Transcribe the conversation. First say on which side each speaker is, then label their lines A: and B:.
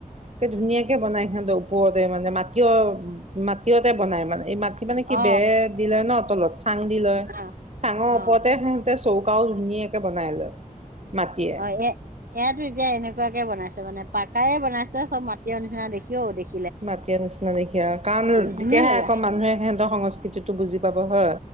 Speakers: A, on the right (about 50°); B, on the right (about 85°).
A: একে ধুনীয়াকে বনাই। ওপৰতে মানে মাটিয় মাটিয়তে বনাই মানে এই ম। কি মানে কি
B: অ
A: বে দিলৈ ন। তলত। চাং দিলৈ
B: অ
A: চাঙৰ ওপৰতে
B: অ
A: শুতে চৌ। আঁও ধুনীয়াকে বনাই লয়। মাটিয়ে
B: অঁ এ এইয়াতো এতিয়া এনেকুৱাকে বনাইছে মানে। পাকায়ে বনাইছে চব মাটিৰ নিচিনা দেখি। কিয় দেখি।
A: মাটি নিচিনা দেখিয় কাৰণ
B: ধুনীয়া
A: তেতিয়াহে
B: লাগে
A: আকৌ মানুহে সিহঁতৰ সংস্কৃতিটো বুজি। পাব হয়।